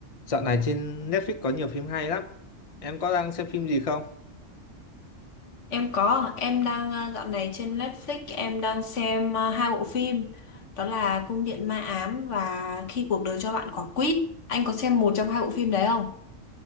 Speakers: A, on the left; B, on the left.
A: Dạo này trên Netflix có nhiều phim hay lắm. Em có đang xem phim gì không?
B: Em có, em đang ờ, dạo này trên Netflix em đang xem ờ, hai bộ phim đó là Cung điện ma ám và Khi cuộc đời cho bạn quả quýt. Anh có xem một trong hai bộ phim đấy không?